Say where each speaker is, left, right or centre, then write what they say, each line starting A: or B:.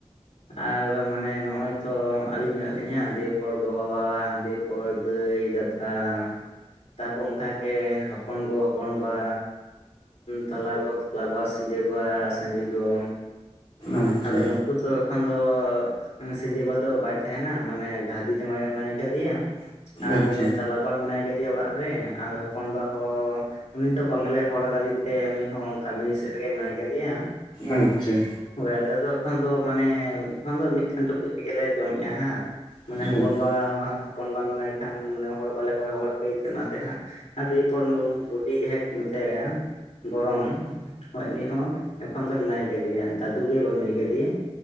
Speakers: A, on the left; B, on the left.
A: ᱟᱨ ᱢᱟᱱᱮ ᱱᱚᱜᱼᱚᱭ ᱛᱚ ᱟᱹᱞᱤᱧ ᱢᱮᱱᱟᱜ ᱞᱤᱧᱟ ᱫᱮᱯᱚᱨ ᱜᱚᱵᱟᱵᱟ ᱫᱮᱯᱚᱨ ᱫᱟᱹᱭ ᱞᱟᱹᱭ ᱫᱟᱫᱟ ᱛᱟᱨᱯᱚᱨ ᱚᱱᱠᱟᱜᱮ ᱦᱚᱯᱚᱱ ᱜᱚ ᱦᱚᱯᱚᱱ ᱵᱟ ᱛᱟᱞᱟ ᱜᱚ ᱵᱟᱯᱞᱟᱵᱟ ᱥᱤᱸᱡᱟᱹᱵᱟ ᱥᱟᱺᱡᱮ ᱜᱚᱢ
B: ᱟᱪᱪᱷᱟ
A: ᱟᱫᱚ ᱱᱩᱠᱩ ᱫᱚ ᱮᱠᱷᱚᱱ ᱫᱚ ᱥᱤᱸᱡᱮ ᱵᱟ ᱫᱚ ᱵᱟᱭ ᱛᱟᱦᱮᱱᱟ ᱢᱟᱱᱮ ᱜᱷᱟᱨᱫᱤ ᱡᱟᱶᱟᱭ ᱨᱮ ᱢᱮᱱᱟᱭ ᱟᱠᱟᱫᱮᱭᱟ ᱟᱨ
B: ᱟᱪᱪᱷᱟ
A: ᱱᱩᱭ ᱛᱟᱞᱟᱵᱟ ᱢᱮᱱᱟᱭ ᱠᱮᱫᱮᱭᱟ ᱚᱲᱟᱜ ᱨᱮ ᱟᱨ ᱦᱚᱯᱚᱱᱵᱟ ᱦᱚᱸ ᱩᱱᱤ ᱫᱚ ᱵᱟᱝᱞᱮ ᱦᱚᱲ ᱟᱠᱟᱫᱮ ᱛᱮ ᱩᱱᱤ ᱦᱚᱸ ᱠᱟᱹᱢᱤ ᱥᱮᱫ ᱨᱮᱜᱮ ᱢᱮᱱᱟᱭ ᱠᱟᱫᱮᱭᱟ᱾
B: ᱟᱪᱪᱷᱟ
A: ᱦᱳᱭ ᱟᱞᱮ ᱫᱚ ᱮᱠᱷᱚᱱ ᱫᱚ ᱢᱟᱱᱮ ᱮᱠᱷᱚᱱ ᱫᱚ ᱢᱤᱫᱴᱷᱮᱱ ᱴᱩᱠᱩᱡ ᱨᱮᱜᱮᱞᱮ ᱞᱮ ᱡᱚᱢᱮᱜᱼᱟ ᱦᱟᱸᱜ
B: ᱟᱪᱪᱷᱟ
A: ᱢᱟᱱᱮ ᱦᱚᱯᱚᱱᱵᱟ ᱦᱚᱯᱚᱱ ᱵᱟ ᱢᱮᱱᱟᱭ ᱠᱷᱟᱱ ᱢᱟᱱᱮ ᱦᱚᱲ ᱵᱟᱞᱮ ᱦᱚᱲ ᱟᱫᱮ ᱛᱟᱦᱮ ᱚᱱᱟᱛᱮ ᱦᱟᱸᱜ ᱫᱤᱭᱟᱹᱯᱚᱨ ᱫᱚ ᱵᱩᱰᱤ ᱡᱟᱦᱟᱸ ᱥᱮ ᱜᱚᱨᱚᱢ ᱦᱳ ᱩᱱᱤ ᱦᱚᱸ ᱮᱠᱷᱚᱱ ᱫᱚ ᱢᱮᱱᱟᱭ ᱠᱟᱫᱮᱭᱟ ᱫᱟᱫᱩ ᱜᱮ ᱵᱟᱹᱱᱩᱭ ᱠᱟᱫᱮᱭᱟ